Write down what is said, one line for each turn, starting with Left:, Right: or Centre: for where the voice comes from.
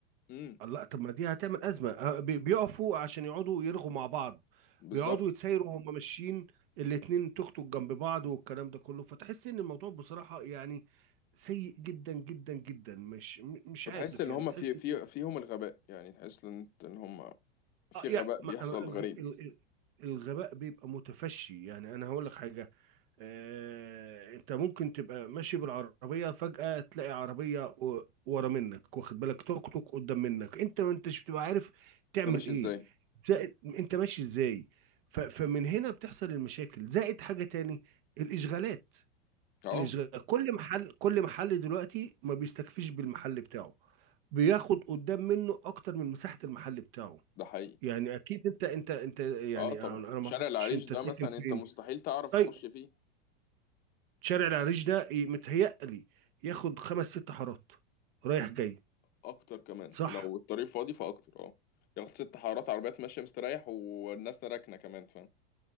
Left: امم
Right: لا طب ما دي هتعمل أزمة آه، بي- بيقفوا عشان يقعدوا يرغوا مع بعض
Left: بالظبط
Right: بيقعدوا يتسايروا وهم ماشيين الاتنين توك توك جنب بعض والكلام ده كله فتحس ان الموضوع بصراحة يعني سيء جدا جدا جدا مش م- مش
Left: وتحس
Right: عارف
Left: ان
Right: يعني
Left: هم
Right: تحس
Left: في في
Right: ان
Left: فيهم الغباء يعني تحس ان إنت- ان هم في
Right: اه
Left: غباء
Right: يعني
Left: بيحصل
Right: ما- ما-
Left: غريب
Right: الغ- ال- ال- الغباء بيبقى متفشي يعني انا هقول لك حاجة آه، انت ممكن تبقى ماشي بالعربيه فجاه تلاقي عربيه و- ورا منك واخد بالك توك توك قدام منك انت ما انتش بتبقى عارف تعمل
Left: انت ماشي
Right: ايه
Left: ازاي
Right: زائد انت ماشي ازاي ف- فمن هنا بتحصل المشاكل زائد حاجه تاني الاشغالات
Left: اه
Right: الاشغال كل محل كل محل دلوقتي ما بيستكفيش بالمحل بتاعه بياخد قدام منه اكتر من مساحه المحل بتاعه
Left: ده حقيقي
Right: يعني اكيد انت انت انت يعني
Left: اه طبعا
Right: انا أنا ما
Left: شارع
Right: اعرفش
Left: العريش
Right: انت
Left: ده
Right: ساكن
Left: مثلا
Right: فين
Left: انت مستحيل تعرف
Right: طيب
Left: تخش فيه
Right: شارع العريش ده ي- متهيألي ياخد خمس ست حارات رايح جاي
Left: اكتر كمان
Right: صح
Left: لو الطريق فاضي فاكتر اه ياخد ست حارات عربيات ماشيه مستريح والناس راكنه كمان فاهم